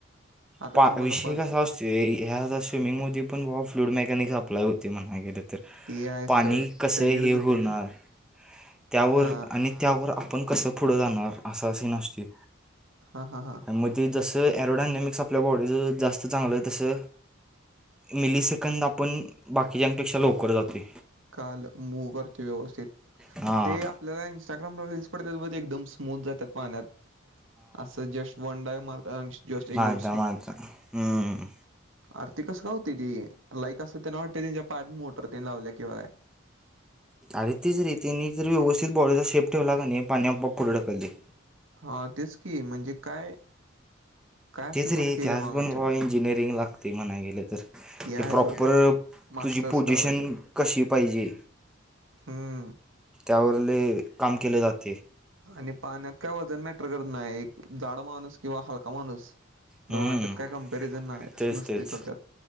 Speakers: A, on the right; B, in the centre.
A: आता
B: पहा,
A: समज
B: विषय
A: आपण
B: कसा असतो ह्या स्विमिंग मध्ये पण ब फ्लूड मेकॅनिक सप्लाय होते म्हणा गे तर
A: ते आहे
B: पाणी
A: सड
B: कसं
A: सगळीकडे
B: हे
A: जाते
B: होणार
A: ते
B: त्यावर
A: हा
B: आणि त्यावर आपण कसं पुढं जाणार असं असीग नसतय.
A: हा हा हां.
B: मग ते जसं एरोडानेमिक्स आपल्या बॉडी जं जास्त चांगलं आहे तसं मिली सेकंद आपण बाकीच्यांपेक्षा लवकर जातोय.
A: काल मू करतोय व्यवस्थित
B: हां
A: ते आपल्याला इंस्टाग्राम रीलस पडत एकदम स्मूथ जातात पाण्यात, असं जस्ट वन डाय मारतात जस्ट एकदम
B: मानता, मानता हम्म.
A: आरती कस का होती ती लाईक असं त्यांना वाटते त्यांच्या पाड मोटर त्यांनी लावल्या किंवा काय
B: अरे तीचरी तीने जर व्यवस्थित बॉडीचा शेप ठेवला का नाही पाण्या मग पुढे ढकलती.
A: हा तेच की म्हणजे काय? काय असेल
B: तेच
A: बघ
B: रे
A: की हेच्या
B: ते आज
A: मागं
B: बनवा
A: विचार
B: इंजिनिअरिंग लागते म्हणाय गेलं तर
A: आहे
B: ते प्रॉपर
A: सोड मास्टर्स
B: तुझी
A: कराय पाहिजे
B: कशी पाहिजे
A: हम्म.
B: त्यावर लय काम केले जात
A: आणि पाण्यात काय वजन मॅटर करत नाही एक जाड माणूस किंवा हलका माणूस दोघांच्यात
B: हम्म,
A: काय कंपॅरिझन नाही
B: तेच
A: नसते
B: तेच
A: थोडक्यात.